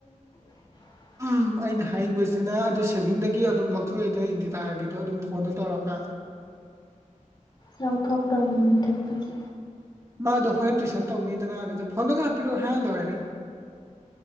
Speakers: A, on the left; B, on the right.
A: <unintelligible>
B: ꯎꯝ ꯑꯩꯅ ꯍꯥꯏꯕꯁꯤꯅ ꯑꯗꯨ ꯁꯦꯚꯤꯡꯗꯒꯤ ꯑꯗꯨꯝ ꯂꯧꯊꯣꯛꯑꯦꯗꯅ ꯏꯟꯗꯤꯔꯥꯒꯤꯗꯣ ꯑꯗꯨꯝ ꯐꯣꯟꯗꯣ ꯇꯧꯔꯒ
A: ꯌꯥꯎꯊꯣꯛ ꯇꯧꯅꯤ ꯑꯗꯨꯕꯨ ꯗꯤ
B: ꯃꯥꯗꯣ ꯍꯣꯔꯦꯟ ꯇꯨꯏꯁꯟ ꯇꯧꯅꯤꯗꯅ ꯑꯗꯨꯗ ꯐꯣꯟꯗꯣ ꯉꯥ ꯍꯥꯛ ꯄꯤꯔꯛꯑꯣ ꯍꯥꯏꯔ ꯂꯣꯏꯔꯦ